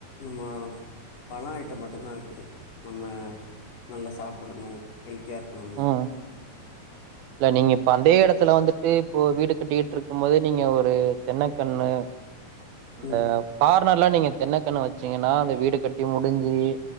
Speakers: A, on the left; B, on the right.
A: நம்ம பழோ ஐட்டம் மட்டுதா வைக்கிறது நம்ம நல்லா சாப்பட்ணு ஹெல்த்தியா இருக்கணும்ல
B: ம்.
A: கேட்கவில்லை
B: இல்ல நீங்க இப்ப அதே இடத்துல வந்துட்டு இப்போ வீடு கட்டிக்கிட்டு இருக்கும் போது நீங்க ஒரு தென்னக்கண்ணு அந்த
A: ம்
B: கார்னர்ல்லா நீங்க தென்ன கன்னு வச்சீங்கன்னா அந்த வீடு கட்டி முடிஞ்சு